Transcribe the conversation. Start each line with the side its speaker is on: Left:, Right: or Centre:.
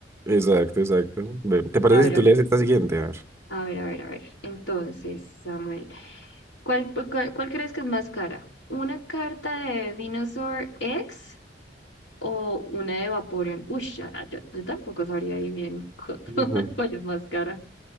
Right: Exacto, exacto. Ve, ¿Te parece
Left: A ver,
Right: si tú lees esta siguiente? A ver.
Left: a ver, a ver, a ver. a ver. Entonces, Samuel, ¿cuál, pu- cuál, cuál crees que es más cara? ¿Una carta de Venusaur X o una de Vaporeon? Uy, yo, yo tampoco sabría ahí bien cu-
Right: Ujú.
Left: <laughs> cuál es más cara.